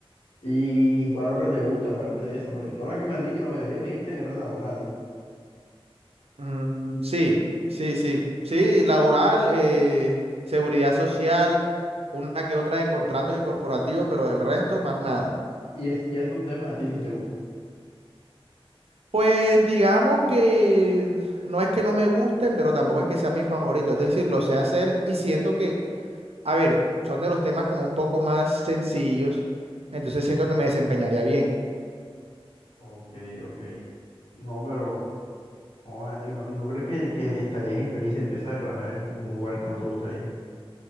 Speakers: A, on the left (about 70°); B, on the right (about 85°).
A: ¿Y, y cuál otra te gusta aparte de esa? Porque todas las que me has dicho, la mayoría me dijiste eran laboral, ¿no?
B: Mm, sí, sí, sí, sí, laboral, eh, seguridad social, una que otra de contratos y corporativos, pero del resto, más nada.
A: Y, es, y esos temas a ti sí te gustan.
B: Pues digamos que no es que no me gusten, pero tampoco es que sea mi favorito, es decir, lo sé hacer y siento que, a ver, son de los temas como un poco más sencillos, entonces siento
A: Sí.
B: que me desempeñaría bien.
A: Ok, ok. No, pero... joder, ¿y no, y no crees que, que estarías infeliz si empiezas a trabajar en un lugar que no te gustaría?